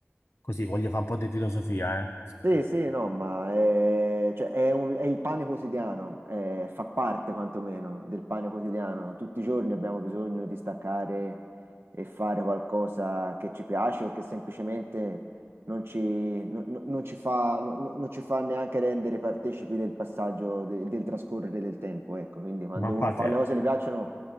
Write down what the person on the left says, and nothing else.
Così voglio fare un po' di filosofia, eh.
Ma
fate,